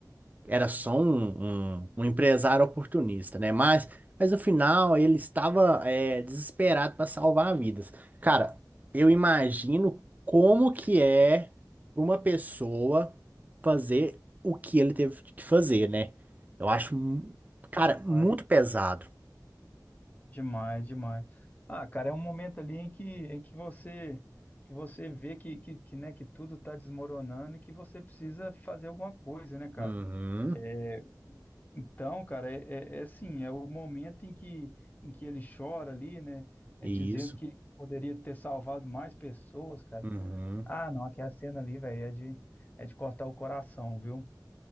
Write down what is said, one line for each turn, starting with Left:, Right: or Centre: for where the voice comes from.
Right: era só um, um, um empresário oportunista, né? Mas, mas no final ele estava é, desesperado para salvar vidas. Cara, eu imagino como que é pra uma pessoa fazer o que ele teve que fazer, né? Eu acho, mu- cara,
Left: Rapaz.
Right: muito pesado.
Left: Demais, demais. Ah, cara, é um momento ali em que, em que você que você vê que, que, que, né, que tudo está desmoronando e que você precisa fazer alguma coisa, né, cara?
Right: Uhum,
Left: É, então, cara, é, é, é assim, é o momento em que, em que ele chora ali, né? É
Right: isso.
Left: dizendo que poderia ter salvado mais pessoas, cara.
Right: Uhum.
Left: Ah, não, aquela cena ali, velho, é de, é de cortar o coração, viu?